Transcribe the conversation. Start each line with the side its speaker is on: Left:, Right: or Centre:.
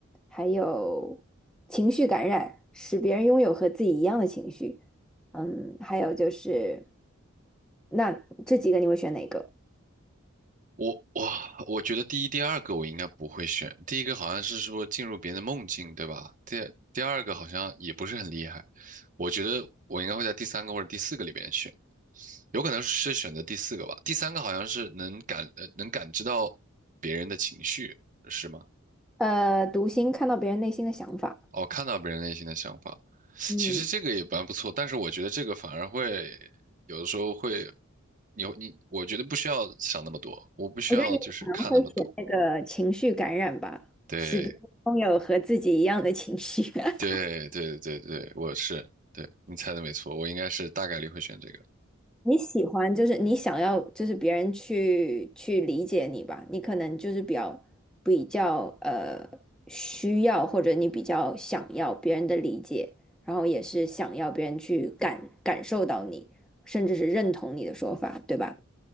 Centre: 还有情绪感染，使别人拥有和自己一样的情绪，嗯，还有就是，那这几个你会选哪个？
Right: 我哇，我觉得第一、第二个我应该不会选，第一个好像是说进入别人的梦境，对吧？第第二个好像也不是很厉害，我觉得我应该会在第三个或者第四个里边选。有可能是选择第四个吧，第三个好像是能感呃能感知到别人的情绪，是吗？
Centre: 呃，读心看到别人内心的想法。
Right: 哦，看到别人内心的想法，
Centre: 嗯，
Right: 其实这个也蛮不错，但是我觉得这个反而会有的时候会，你你我觉得不需要想那么多，我不需要就是看那么多，
Centre: 我觉得你可能会选那个情绪感染吧，
Right: 对
Centre: 使别人拥有和自己一样的情绪。<laughs>
Right: 对对对对，我是，对，你猜的没错，我应该是大概率会选这个，
Centre: 你喜欢就是你想要就是别人去去理解你吧，你可能就是比较比较呃需要或者你比较想要别人的理解，然后也是想要别人去感感受到你，甚至是认同你的说法，对吧？